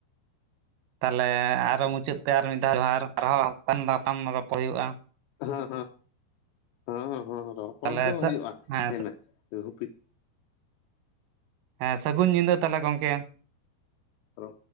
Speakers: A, on the right; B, on the left.
A: ᱛᱟᱞᱮ ᱟᱨᱚ ᱢᱩᱪᱟᱹᱫ ᱛᱮ ᱟᱨ ᱢᱤᱫ ᱫᱷᱟᱣ ᱡᱚᱦᱟᱨ ᱟᱨᱦᱚᱸ <inaudible> ᱨᱚᱯᱚᱲ ᱦᱩᱭᱩᱜᱼᱟ᱾
B: ᱦᱚᱸ ᱦᱚᱸ ᱦᱚᱸ ᱦᱚᱸ ᱨᱚᱯᱚᱲ
A: ᱛᱟᱦᱚᱞᱮ
B: ᱫᱚ ᱦᱩᱭᱩᱜᱼᱟ
A: ᱦᱮᱸ
B: ᱧᱮᱞ ᱢᱮ ᱦᱩᱯᱤᱫᱼᱼ
A: ᱦᱮᱸ ᱥᱟᱹᱜᱩᱱ ᱧᱤᱫᱟᱹ ᱛᱟᱞᱮ ᱜᱚᱝᱠᱮ᱾
B: ᱦᱮᱞᱳ